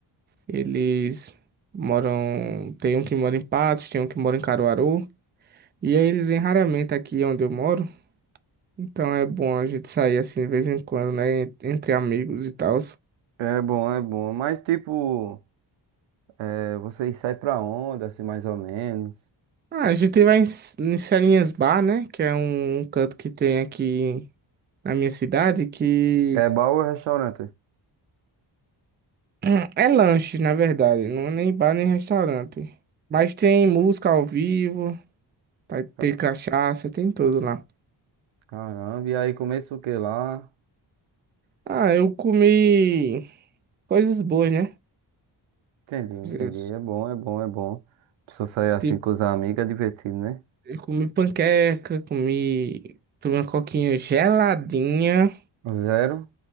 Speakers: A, on the right; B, on the right.
A: eles moram, tem um que mora em Patos, tem um que mora em Caruaru, e aí eles vêm raramente aqui onde eu moro, então é bom a gente sair assim de vez em quando, né, entre amigos e tal.
B: É bom, é bom. Mas tipo, é, vocês saem pra onde, assim, mais ou menos?
A: Ah, a gente vai em, S- em Celinhas Bar, né, que é um um canto que tem aqui na minha cidade que
B: É bar ou restaurante?
A: Hum, É lanche, na verdade. Não é nem bar nem restaurante. Mas tem música ao vivo, vai ter
B: Ca-
A: cachaça, tem tudo lá.
B: Caramba, e aí começa o que lá?
A: Ah, eu comi coisas boas, né?
B: Entendi,
A: Coisas
B: entendi. É bom, é bom, é bom. Precisa sair assim
A: tipo,
B: com os amigos, é divertido, né?
A: eu comi panqueca, comi, tomei uma coquinha geladinha,
B: Zero